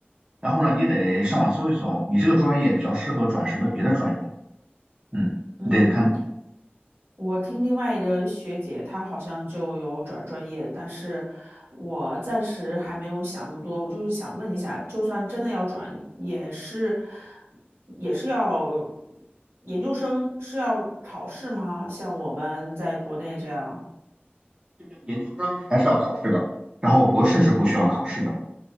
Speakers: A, on the right; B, on the right.
A: 然后呢，你得上网搜一搜，你这个专业比较适合转什么别的专业。嗯，
B: 嗯。
A: 你得看
B: 我听另外一个学姐，她好像就有转专业，但是我暂时还没有想那么多。我就是想问一下，就算真的要转，也是也是要研究生是要考试吗？像我们在国内这样？
A: 这边研究生还是要考试的，然后博士是不需要考试的。